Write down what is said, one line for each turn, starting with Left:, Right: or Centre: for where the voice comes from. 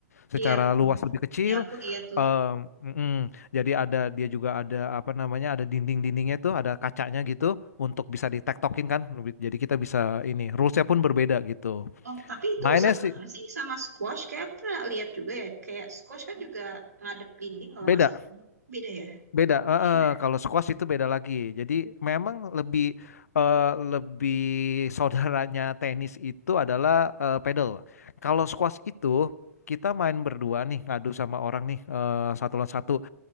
Left: secara
Right: Iya, hmm.
Left: luas lebih kecil.
Right: Iya aku lihat tuh.
Left: em, mm-mm. Jadi ada dia juga ada apa namanya ada dinding-dindingnya tuh, ada kacanya gitu untuk bisa ditektokin kan. Lebih- Jadi kita bisa ini rulesnya pun berbeda gitu.
Right: Oh, tapi itu
Left: Mainnya
Right: sama
Left: sih
Right: nggak sih sama squash? Kayak aku pernah lihat juga ya, kayak squash kan juga ngadep dinding kalau
Left: beda,
Right: nggak salah. Beda ya?
Left: beda. Heeh,
Right: Jadi gimana?
Left: kalau squash itu beda lagi. Jadi memang lebih eh, lebih saudaranya tenis itu adalah eh, pedal. Kalau squash itu kita main berdua nih, ngadu sama orang nih eh, satu lawan satu